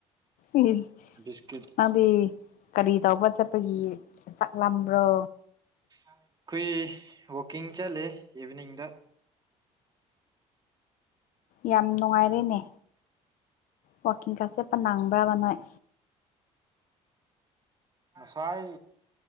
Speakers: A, on the left; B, on the right.
A: ꯏꯁ
B: ꯕꯤꯁꯀꯤꯠ
A: ꯅꯪꯗꯤ ꯀꯔꯤ ꯇꯧꯕ ꯆꯠꯄꯒꯤ ꯆꯥꯛ ꯂꯥꯝꯕ꯭ꯔꯣ
B: ꯑꯩꯈꯣꯏ ꯋꯥꯛꯀꯤꯡ ꯆꯠꯂꯦ ꯏꯚꯅꯤꯡꯗ
A: ꯌꯥꯝ ꯅꯨꯡꯉꯥꯏꯔꯦꯅꯦ ꯋꯥꯀꯤꯡꯀ ꯆꯠꯄ ꯅꯪꯕ꯭ꯔꯕ ꯅꯣꯏ
B: <inaudible> ꯉꯁꯥꯏ